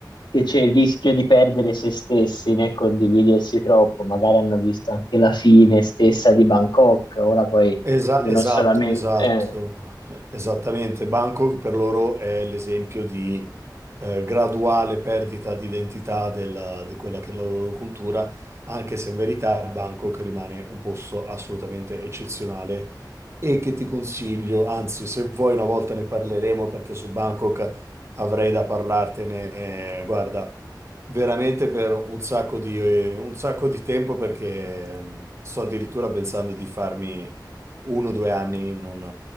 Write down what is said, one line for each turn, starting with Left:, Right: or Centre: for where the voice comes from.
Left: che c'è il rischio di perdere se stessi nel condividersi troppo, magari hanno visto anche la fine stessa di Bangkok, ora poi
Right: Esa-
Left: dicono
Right: esatto,
Left: solamente...
Right: esatto,
Left: eh,
Right: esattamente. Bangkok per loro è l'esempio di eh, graduale perdita di identità della- di quella che è la loro cultura, anche se in verità Bangkok rimane un posto assolutamente eccezionale e che ti consiglio, anzi, se vuoi una volta ne parleremo perché su Bangkok avrei da parlartene, eh, guarda, veramente per un sacco di, eh, un sacco di tempo perché mm, sto addirittura pensando di farmi uno o due anni in un, eh,